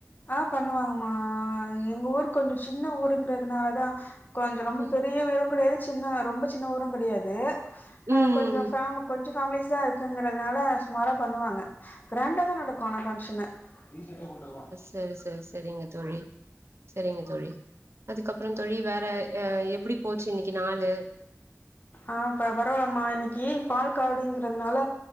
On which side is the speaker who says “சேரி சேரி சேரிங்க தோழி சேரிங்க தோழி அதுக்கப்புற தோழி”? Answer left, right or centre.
Right